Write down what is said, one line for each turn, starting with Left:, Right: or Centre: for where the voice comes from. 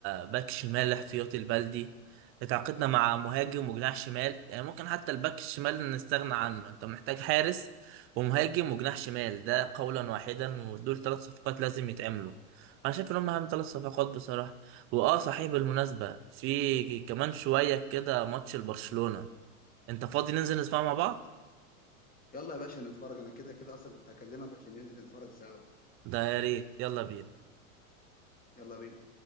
Right: باك شمال احتياطي البلدي اتعاقدنا مع مهاجم وجناح شمال يعني ممكن حتى الباك الشمال نستغنى عنه انت محتاج حارس ومهاجم وجناح شمال ده قولا واحدا ودول ثلاث صفقات لازم يتعملوا انا شايف ان هم اهم ثلاث صفقات بصراحه واه صحيح بالمناسبه في كمان شويه كده ماتش لبرشلونه انت فاضي ننزل نسمعه مع بعض
Left: يلا يا باشا نتفرج انا كده كده اصلا كنت هكلمك عشان ننزل نتفرج سوا
Right: ده يا ريت يلا بينا
Left: يلا بينا